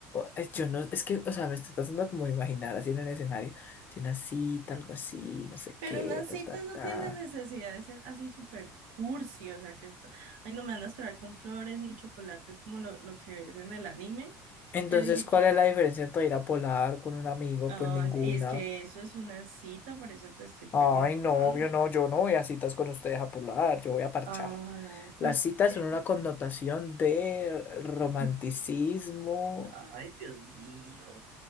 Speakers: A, on the left; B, on the right.
A: eh, yo no, es que, o sea, me estoy tratando como de imaginar así en el escenario de una cita, algo así, no sé
B: Pero
A: qué,
B: las
A: ta,
B: citas
A: ta, ta.
B: no tiene necesidad de ser así súper cursi, o sea que, to- ay, no me van a esperar con flores y chocolates como lo, lo que ves en el anime,
A: Entonces,
B: que ni siquiera,
A: ¿cuál es la diferencia entre ir a polar con un amigo?
B: ah,
A: Pues ninguna.
B: es- y es que eso es una cita, por eso te estoy preguntando.
A: Ay, no, obvio, no, yo no voy a citas con ustedes a polar, yo voy a parchar.
B: Ay,
A: Las
B: pues,
A: citas
B: eh,
A: son una connotación de romanticismo
B: <laughs> ay, Dios mío.